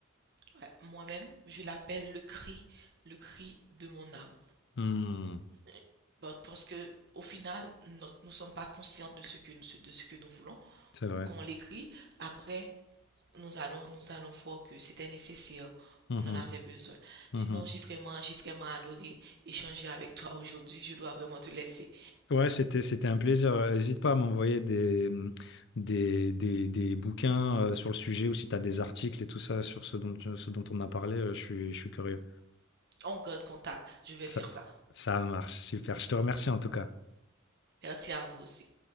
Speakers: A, on the right (about 55°); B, on the left (about 60°).
A: Ouais, moi-même, je l'appelle le cri, le cri de mon âme.
B: Hmm,
A: Et- bah, Parce que au final, notre- nous ne sommes pas conscients de ce que, de ce que nous voulons.
B: c'est vrai.
A: Quand on l'écrit, après, nous allons, nous allons voir que c'était nécessaire,
B: Mhm,
A: qu'on en avait besoin.
B: mhm.
A: Sinon, j'ai vraiment, j'ai vraiment adoré échanger avec toi aujourd'hui. Je dois vraiment te laisser.
B: Ouais, c'était, c'était un plaisir. N'hésite pas à m'envoyer des, des, des, des bouquins euh, sur le sujet ou si tu as des articles et tout ça sur ce dont, ce dont on a parlé, euh, je suis, je suis curieux.
A: On garde contact. Je vais
B: Ça,
A: faire ça.
B: ça marche, super. Je te remercie en tout cas.
A: Merci à vous aussi.